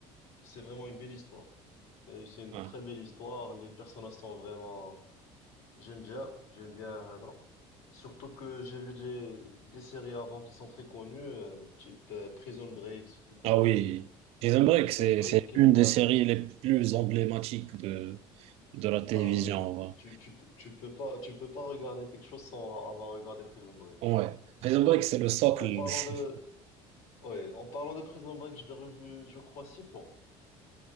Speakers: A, on the left; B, on the right.
A: c'est vraiment une belle histoire. Et c'est une
B: Ouais.
A: très belle histoire. Les personnages sont vraiment, j'aime bien, j'aime bien. euh, non. Surtout que j'ai vu des, des séries avant qui sont très connues, euh, type euh, Prison Break, si tu connais,
B: Ah oui, Prison Break, c'est
A: euh, Breaking
B: c'est une
A: Bad.
B: des séries les plus emblématiques de, de la télévision,
A: Ah oui, tu, tu, peux- tu peux pas, tu peux pas regarder quelque chose sans avoir regardé Prison Break.
B: Ouais. Prison Break, c'est le socle.
A: En parlant de,
B: <laughs>
A: ouais, en parlant de Prison Break, je l'ai revu, je crois, six fois.